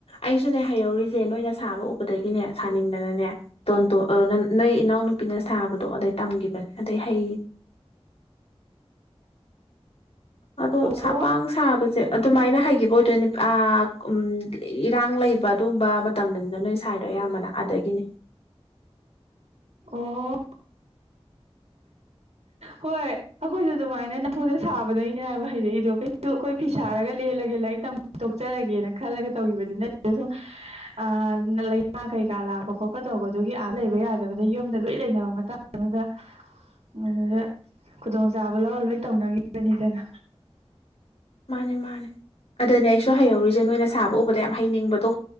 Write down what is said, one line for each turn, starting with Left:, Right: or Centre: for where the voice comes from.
Left: ꯑꯩꯁꯨꯅꯦ ꯍꯩꯍꯧꯔꯤꯁꯦ ꯅꯣꯏꯅ ꯁꯥꯕ ꯎꯕꯗꯒꯤꯅꯦ ꯁꯥꯅꯤꯡꯗꯅꯅꯦ ꯇꯣꯟꯇꯣꯟ ꯑꯥ ꯅ ꯅꯣꯏ ꯏꯅꯥꯎꯅꯨꯄꯤꯅ ꯁꯥꯕꯗꯣ ꯑꯗꯩ ꯇꯝꯈꯤꯕꯅꯦ ꯑꯗꯩ ꯍꯩ ꯑꯗꯣ
Right: ꯑꯣ
Left: ꯁꯥ ꯄꯥꯡ ꯁꯥꯕꯁꯦ ꯑꯗꯨꯃꯥꯏꯅ ꯍꯩꯒꯤꯕ ꯑꯣ ꯑꯥ ꯎꯝ ꯏꯔꯥꯡ ꯂꯩꯕ ꯑꯗꯨꯝꯕ ꯃꯇꯝꯗꯅꯤꯅ ꯅꯣꯏ ꯁꯥꯏꯗꯣ ꯑꯌꯥꯝꯕꯅ ꯑꯗꯒꯤꯅꯤ <inaudible>
Right: ꯑꯣ ꯍꯣꯏ ꯑꯈꯣꯏꯁꯨ ꯑꯗꯨꯃꯥꯏꯅ ꯅꯝꯐꯨꯗ ꯁꯥꯕꯗꯩꯅꯦ ꯍꯥꯏꯕ ꯍꯩꯔꯛꯏꯗꯣ ꯀꯩꯁꯨ ꯑꯈꯣꯏ ꯐꯤꯁꯥꯔꯒ ꯂꯦꯜꯂꯒꯦ ꯂꯥꯏꯔꯤꯛ ꯇꯝꯕ ꯇꯣꯛꯆꯔꯒꯦꯅ ꯈꯜꯂ ꯇꯧꯈꯤꯕꯥ ꯕꯗꯤ ꯅꯠꯇꯦ ꯁꯨꯝ ꯑꯥ ꯂꯩꯅꯥ ꯀꯩꯀꯥ ꯂꯥꯛꯄ ꯈꯣꯠꯄ ꯇꯧꯕꯗꯨꯒꯤ ꯑꯥ ꯂꯩꯕ ꯌꯥꯗꯕ <unintelligible> ꯌꯨꯝꯗ ꯂꯣꯏ ꯂꯩꯅꯕ ꯃꯇꯥꯡ ꯗꯨꯗꯥ ꯑꯗꯨꯗ ꯈꯨꯗꯣꯡꯆꯥꯥꯕ ꯂꯧꯔ ꯂꯣꯏ ꯇꯧꯅꯈꯤꯕꯅꯤꯗꯅ
Left: <inaudible> ꯃꯥꯅꯦ ꯃꯥꯅꯦ ꯑꯗꯅꯦ ꯑꯩꯁꯨ ꯍꯩꯍꯧꯔꯤꯁꯦ ꯅꯣꯏꯅ ꯁꯥꯕ ꯎꯕꯗ ꯌꯥꯝ ꯍꯩꯅꯤꯡꯕꯗꯣ